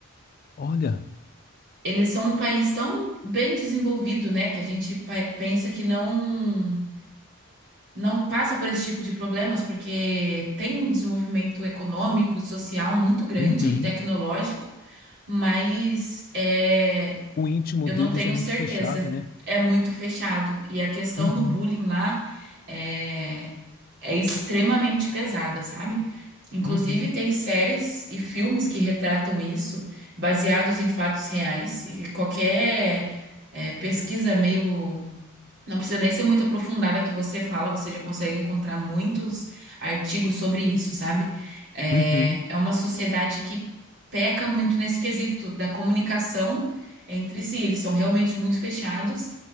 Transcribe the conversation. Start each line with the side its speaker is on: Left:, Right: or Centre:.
Left: olha,
Right: Eles são um país tão bem desenvolvido, né, que a gente pa- pensa que não. Não passa por esse tipo de problemas, porque tem um desenvolvimento econômico, e social muito grande
Left: uhum,
Right: e tecnológico. mas é,
Left: o íntimo
Right: eu
Left: deles
Right: não tenho
Left: é muito
Right: certeza.
Left: fechado, né?
Right: É muito fechado. E a questão
Left: Uhum,
Right: do bullying lá é, é extremamente pesada, sabe? Inclusive,
Left: uhum,
Right: tem séries e filmes que retratam isso, baseados em fatos reais. E qualquer é, pesquisa meio não precisa nem ser muito aprofundada que você fala, você já consegue encontrar muitos artigos sobre isso, sabe? É,
Left: uhum.
Right: é uma sociedade que peca muito nesse quesito da comunicação entre si. Eles são realmente muito fechados